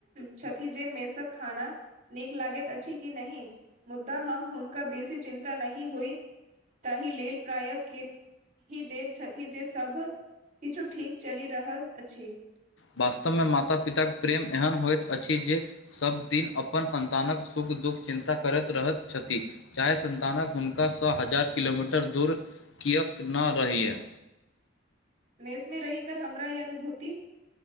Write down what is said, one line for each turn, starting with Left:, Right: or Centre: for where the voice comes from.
Right: छथि जे मेसक खाना नीक लागैत अछि कि नहि मुद्दा हम हनका बेसी चिन्ता नहि होई तहि लेल प्रायः के ही दैत छथि जे सभ किछु ठीक चलि रहल अछि
Left: वास्तवमे माता पिताक प्रेम एहन होइत अछि जे सभदिन अपन संन्तानक सुख दुःख चिन्ता करैत रहैत छथि चाहे सन्तानक हुनका सए हजार किलोमीटर दूर किएक ना रहैए
Right: मेष मे रहि कर हमरा ई अनुभूति